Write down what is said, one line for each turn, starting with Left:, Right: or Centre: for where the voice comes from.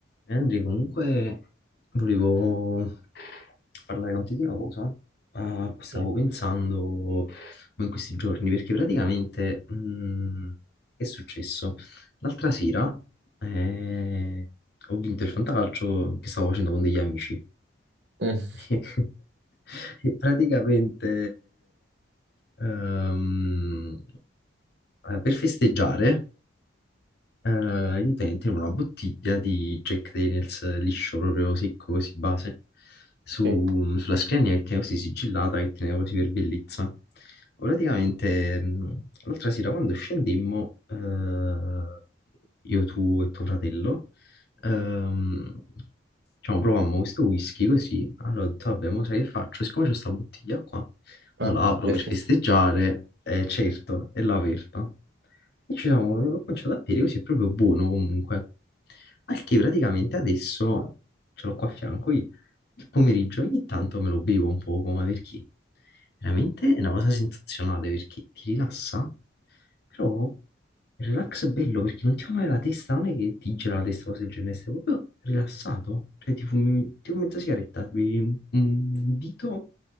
Left: Henry, comunque volevo parlare con te di una cosa a cui stavo
Right: Sì.
Left: pensando in questi giorni, perché praticamente mh, è successo. L'altra sera eh, ho vinto il fantacalcio che stavo facendo con degli amici.
Right: Mm,
Left: <laughs> E praticamente ehm, eh, per festeggiare. Eh, io tengo una bottiglia di Jack Daniels eh, liscio, proprio secco, così base, su-
Right: sì,
Left: sulla scrivania che tenevo così sigillata, che tenevo così per bellezza. Praticamente, mh, l'altra sera quando scendemmo, eh, io, tu e tuo fratello, ehm, diciamo, provammo questo whisky così, allora ho detto, vabbè, mo sai che faccio? Siccome c'è questa bottiglia qua,
Right: ah,
Left: Mo la apro
Right: perfetto.
Left: per festeggiare, eh, certo, è l'ho aperta. E ci siamo, ho cominciato a bere così, è proprio buono comunque. Al che praticamente adesso ce l'ho qua a fianco, io il pomeriggio ogni tanto me lo bevo un poco, ma perché? Veramente è una cosa sensazionale perché ti rilassa, però il relax è bello perché non ti fa male la testa, non è che ti gira la testa o cose del genere, stai proprio rilassato, cioè ti fumi, ti fumi mezza sigaretta, ti bevi un un dito